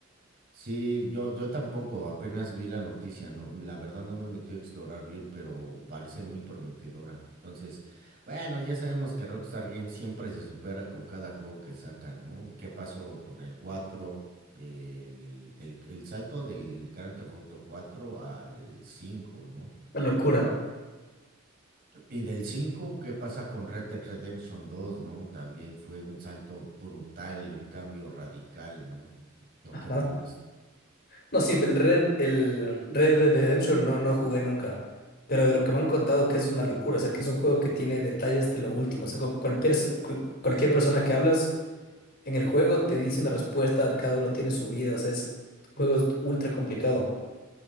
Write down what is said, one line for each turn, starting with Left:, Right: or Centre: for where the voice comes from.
Right: Sí, yo, yo tampoco, apenas vi la noticia, no, la verdad no me metí a explorar bien, pero parece muy prometedora. Entonces, bueno, ya sabemos que Rockstar Games siempre se supera con cada juego que saca, ¿no? ¿Qué pasó con el 4, El, del, el salto del Grand Theft Auto cuatro al cinco, ¿no?
Left: Una locura.
Right: Y del 5, ¿qué pasa con Red Dead Redemption dos, ¿no? También fue un salto brutal, un cambio radical, ¿no? ¿O
Left: Ajá.
Right: qué opinas?
Left: No, sí, el Red, el Red Dead Redemption no, no jugué nunca. Pero de lo que me han contado que es una locura, o sea, que es un juego que tiene detalles hasta lo último. O sea, cu- cualquier, s- cu- cualquier persona que hablas en el juego te dice una respuesta, cada uno tiene su vida, o sea, es juego es ultra complicado.